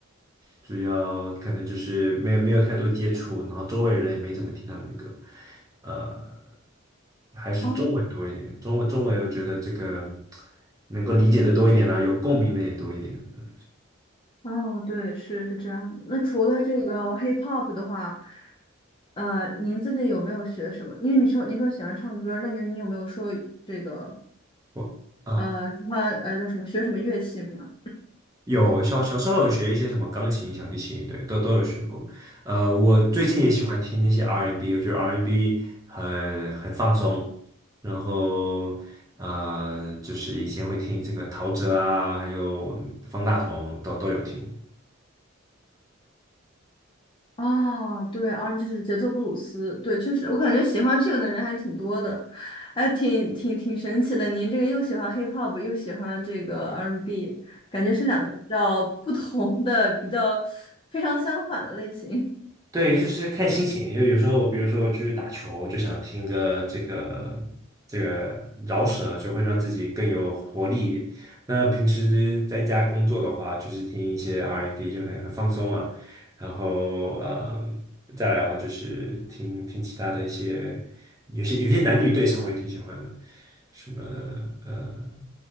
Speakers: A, on the right; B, on the left.
A: 主要可能就是没有没有太多接触，然后周围人也没怎么听他们的歌，呃，还是中文多一点，
B: 哦
A: 中文中文我觉得这个能够理解的多一点啦、有共鸣的也多一点，嗯，
B: 哦，对，是是这样的。那除了这个嗯 hip hop 的话，呃，您自己有没有学什么？因为你说你说喜欢唱歌，那你你有没有说这个
A: 我啊。
B: 呃喜欢呃叫什么学什么乐器吗？
A: 有小小时候有学一些什么钢琴、小提琴，对，都都有学过。呃，我最近也喜欢听那些 R&B，n 我觉得 R&B n 很很放松。然后呃，就是以前会听这个陶喆啊，还有方大同都都有听。
B: 哦，对 r 就是节奏布鲁斯，对，确实，我感觉喜欢这个的人还挺多的，哎，挺挺挺神奇的。您这个又喜欢 hip hop，又喜欢这个 R&B，n 感觉是两个比较不同的、比较非常相反的类型。
A: 对，就是看心情，因为有时候，比如说我去打球，就想听个这个这个饶舌，就会让自己更有活力一点。那平时在家工作的话，就是听一些 R&B，and B，就很很放松啊。然后呃，再来的话就是听听其他的一些。有些有些男女对唱我也挺喜欢的，什么呃，